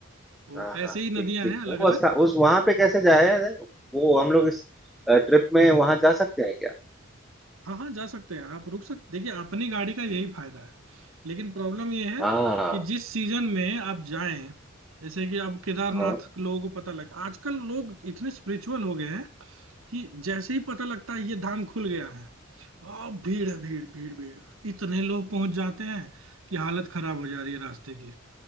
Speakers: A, on the right (about 75°); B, in the centre.
A: वो
B: हाँ हाँ
A: ऐसे ही
B: ठीक
A: नदियां
B: ठीक
A: हैं अलग
B: वो रास्ता
A: अलग
B: उस वहां पे कैसे जाया जाए वो हम लोग इस ट्रिप में वहां जा सकते हैं क्या
A: हाँ हाँ जा सकते हैं आप रुक सकते देखिए अपनी गाड़ी का यही फायदा है लेकिन प्रॉब्लम ये है
B: हाँ
A: कि जिस सीजन में आप जाएं जैसे कि अब केदारनाथ
B: हाँ
A: लोगों को पता लग आजकल लोग इतने स्पिरिचुअल हो गए हैं कि जैसे ही पता लगता है ये धाम खुल गया है वाह भीड़ है भीड़ भीड़ भीड़ इतने लोग पहुंच जाते हैं कि हालत खराब हो जा रही है रास्ते की